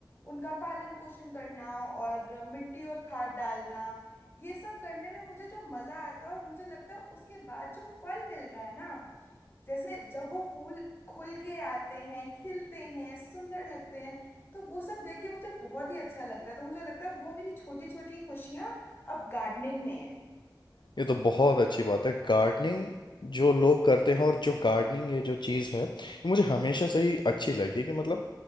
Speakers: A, on the left; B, on the left.
A: उनका पालन पोषण करना और मिट्टी और खाद डालना ये सब करने में मुझे जो मजा आता है और मुझे लगता है उसके बाद जो फल मिल रहा है ना जैसे जब वो फूल खुल के आते हैं खिलते हैं सुंदर लगते हैं तो वो सब देख के मुझे बहुत ही अच्छा लगता है तो मुझे लगता है वो मेरी छोटी छोटी खुशियां अब गार्डनिंग में है
B: ये तो बहुत अच्छी बात है गार्डनिंग जो लोग करते हैं और जो गार्डनिंग ये जो चीज़ है ये मुझे हमेशा से ही अच्छी लगी कि मतलब